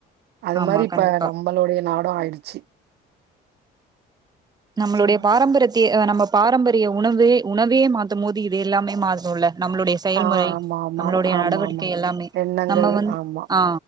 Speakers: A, on the right; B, on the right.
A: அது
B: ஆமா
A: மாரி இப்ப
B: கண்டிப்பா
A: நம்பளுடைய நாடு ஆயிடுச்சி
B: நம்மளுடைய
A: சொல்லு
B: பாரம்பரியத் தே நம்ம பாரம்பரிய உணவே உணவே மாத்தும் போது இது எல்லாமே மாறனும்ல நம்மளுடைய செயல்முறை
A: ஆ ஆமா ஆமா
B: நம்மளுடைய
A: ஆமா
B: நடவடிக்கை
A: ஆமா
B: எல்லாமே
A: எண்ணங்கள்
B: நம்ம வந்
A: ஆமா
B: ஆ